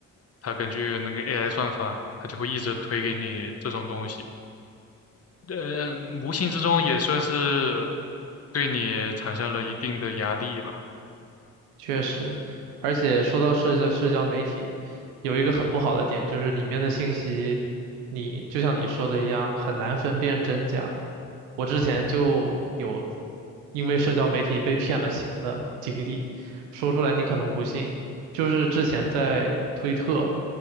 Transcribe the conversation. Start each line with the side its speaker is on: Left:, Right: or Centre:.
Left: 它根据那个 AI 算法，它就会一直推给你这种东西。嗯，无形之中也算是对你产生了一定的压力吧。
Right: 确实，而且说到社交社交媒体，有一个很不好的点，就是里面的信息，你就像你说的一样，很难分辨真假。我之前就有因为社交媒体被骗了钱的经历，说出来你可能不信，就是之前在推特，